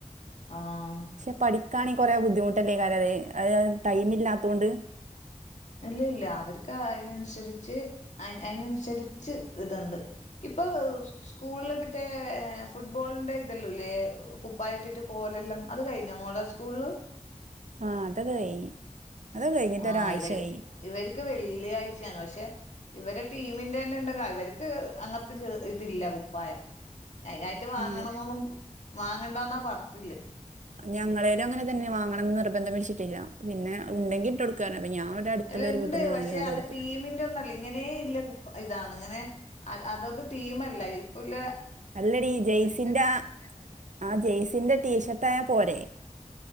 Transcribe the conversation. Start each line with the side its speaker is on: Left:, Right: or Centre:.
Left: ആഹ്
Right: പക്ഷെ പഠിക്കാണെ കൊറേ ബുദ്ധിമുട്ടല്ലേകാരത് അത് ടൈംമില്ലത്തൊണ്ട്
Left: ഇല്ല ല്ല അവര്ക്ക് അയ്നൻസരിച്ച് അയ്നൻസരിച്ച് ഇത്ണ്ട്. ഇപ്പൊ <unintelligible> സ്കൂളില് പറ്റേ ഫുട്ബോളിന്റെ ഇതല്ലൂല്ലേ കുപ്പായിട്ടിട്ട് പോവലെല്ലാം അത് കഴിഞ്ഞ മോളെ സ്കൂൾ ള്
Right: ആഹ് അതൊക്കെ കഴിഞ്ഞ്. അതൊക്കെ കഴിഞ്ഞിട്ട്
Left: ആഹ്
Right: ഒരാഴ്ച
Left: ഇവര്
Right: കഴിഞ്ഞ്
Left: ഇവര്ക്ക് വെള്ളിയാഴ്ചയാണ് പക്ഷെ ഇവടെ ടീമിന്റെന്നെണ്ട് <unintelligible> അവര്ക്ക് അങ്ങൻത്തെ ജോ ഇതില്ല കുപ്പായം അയ്നി റ്റ് വാങ്ങണന്നൊന്നും
Right: ഉം
Left: വാങ്ങണ്ടന്നാ പർഞ്ഞ്ട്ട് ല്ലെ
Right: ഞങ്ങളെലും അങ്ങനെ തന്നെ വാങ്ങണം ന്ന് നിർബന്ധം പിടിച്ചിട്ടില്ല പിന്നെ ഉണ്ടെങ്കി ഇട്ടൊട്ക്കാർഞ്ഞ് അപ്പ ഞാൻ അടുത്തുള്ള
Left: അല്ല
Right: ഒരു
Left: ഇണ്ട്
Right: വീട്ടിന്ന് വാങ്ങിക്കാണ്ട്
Left: പക്ഷെ അത്
Right: കൊടുത്തു
Left: ടീമിൻ്റൊന്നല്ല ഇങ്ങനേയില്ലേ കുപ്പ ഇതാന്ന് അങ്ങനെ അ അതത് ടീമല്ല ഇപ്പുല്ലെ
Right: അല്ലടി ജെയ്സിന്റ ആ ആ ജെയസിന്റെ ടീഷർട്ടായാ പോരെ?